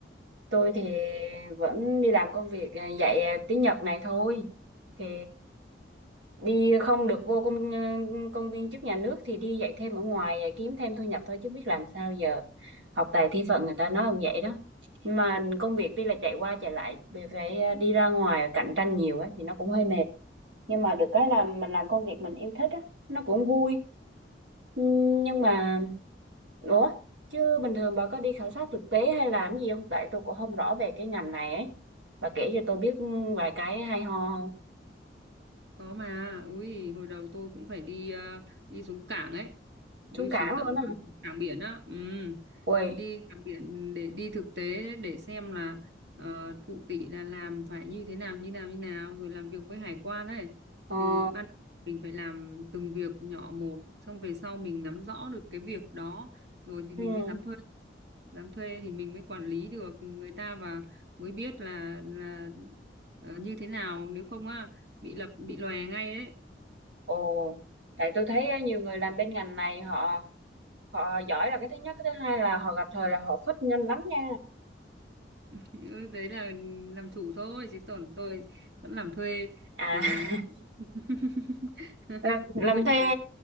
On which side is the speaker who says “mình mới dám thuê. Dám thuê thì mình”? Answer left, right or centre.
Right